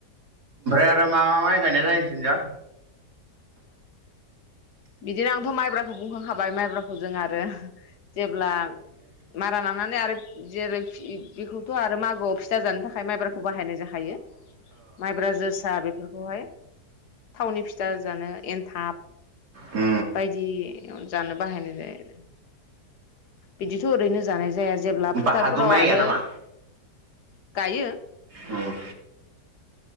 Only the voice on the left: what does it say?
बिदिनो आंथ' माइब्राखौ बुंखांखाबाय माइब्राखौ‌ जों आरो जेब्ला मारा नानानै आरो जेरै बेखौथ' आरो मागोआव फिथा जानो थाखाय माइब्राखौ बाहायनाय जाखायो माइब्रा जोसा बेफोरखौहाय थावनि फि जा-जानो एन्थाब
बायदि जानो बाहायनाय जायो। बिदिथ' ओरैनो जानाय जाया। जेब्ला फोथारफोराव
आरो
गायो।